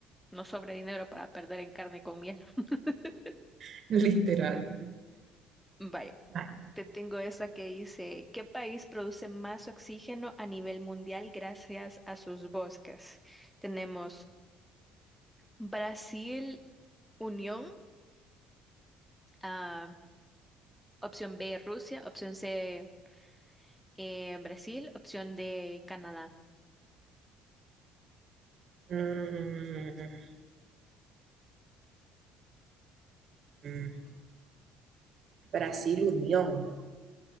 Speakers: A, in the centre; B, on the right (about 55°).
A: no sobre dinero para perder en carne con miel. <laughs>
B: <laughs> literal.
A: Vaya,
B: Ay,
A: te tengo esa que dice, ¿qué país produce más oxígeno a nivel mundial gracias a sus bosques? Tenemos Brasil, Unión, ah, opción B, Rusia, opción C, eh, Brasil, opción de Canadá.
B: Mm, mm. Brasil Unión.